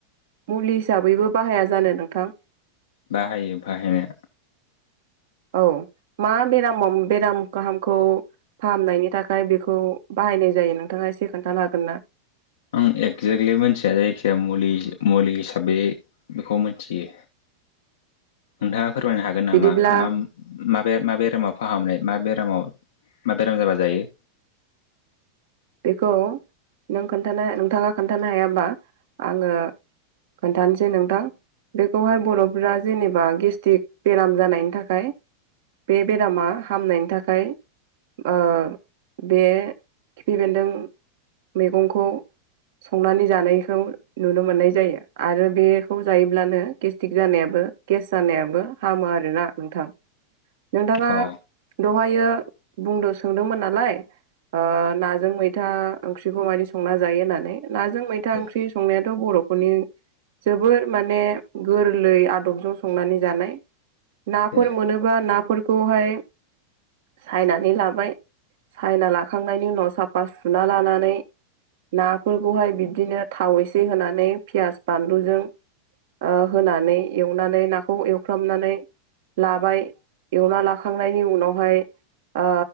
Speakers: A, on the right; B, on the left.
A: मुलि हिसाबैबो बाहाया जानो नोंथां?
B: बाहायो बाहायनाया।
A: औ मा बेरामाव बेराम गाहामखौ फाहामनायनि थाखाय बेखौ बाहायनाय जायो नोंथाङा एसे खोन्थानो हागोनना?
B: आं एगजेक्टलि मोनथिया जायखिजाया मुलि मुलि हिसाबै बेखौ मोनथियो।
A: <inaudible>
B: नोंथाङा फोरमायनो हागोन नामा
A: बिदिब्ला
B: मा माबे-माबे बेरामाव फाहामनाय मा बेरामाव मा बेराम जाबा जायो?
A: बेखौ नों खोन्थानो नोंथाङा खोन्थानो हायाब्ला आङो खोन्थानोसै नोंथां। बेखौहाय बर'फोरा जेनेबा गेस्टिक बेराम जानायनि थाखाय बे बेरामा हामनायनि थाखाय, ओ बे खिफि बेन्दों मैगंखौ संनानै जानायखौ नुनो मोननाय जायो। आरो बेखौ जायोब्लानो गेस्टिक जानायाबो गेस जानायाबो हामो आरोना नोंथां। नोंथाङा
B: अ
A: दहायो बुंदो सोंदोंमोन नालाय नाजों मैथा ओंख्रिखौ मायदि संना जायो होननानै नाजों मैथा
B: ए
A: ओंख्रि संनायाथ' बर'फोरनि जोबोर माने गोरलै आदबजों संनानै जानाय। नाफोर
B: ए
A: मोनोबा नाफोरखौहाय, सायनानै लाबाय, सायना लाखांनायनि उनाव साफा सुना लानानै, नाफोरखौहाय बिबदिनो थाव एसे होनानै पियास बानलुजों, ओ होनानै, एवनानै, नाखौ एवफ्रामनानै, लाबाय, एवना लाखांनायनि उनावहाय ओ